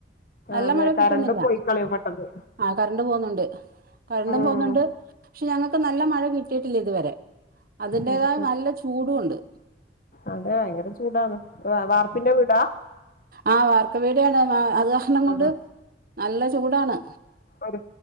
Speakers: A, on the right; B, on the left.
A: നല്ല
B: അതെ
A: മഴ കിട്ടുന്നില്ല
B: കറണ്ട് പോയിക്കളയും പെട്ടെന്ന്
A: ആ കറണ്ട് പോകുന്നുണ്ട് കറണ്ടും
B: ഉം
A: പോകുന്നുണ്ട് ക്ഷെ ഞങ്ങക്ക് നല്ല മഴ കിട്ടിയിട്ടില്ല ഇതുവരെ അതിന്റേതായ
B: അത് ശരി
A: നല്ല ചൂടും ഉണ്ട്
B: അതെ വയങ്കര ചൂടാണ് വാർപ്പിന്റെ വീടാ
A: ആ വാർക്ക വീടാണ് അത് കാരണം കൊണ്ട്
B: അതെ
A: നല്ല ചൂടാണ്
B: ഒരു